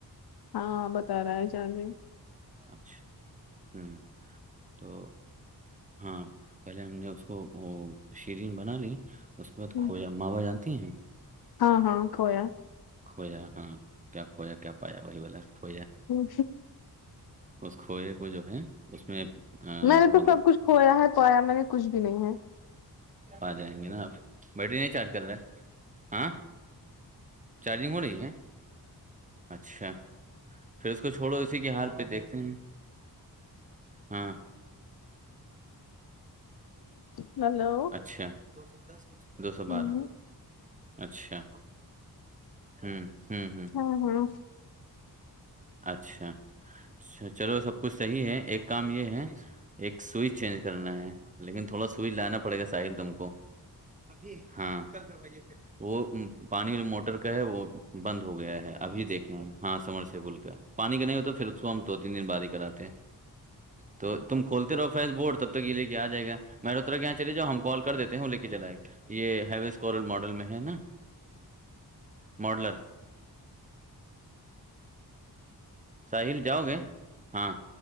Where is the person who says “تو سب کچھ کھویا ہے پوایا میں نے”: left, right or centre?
Left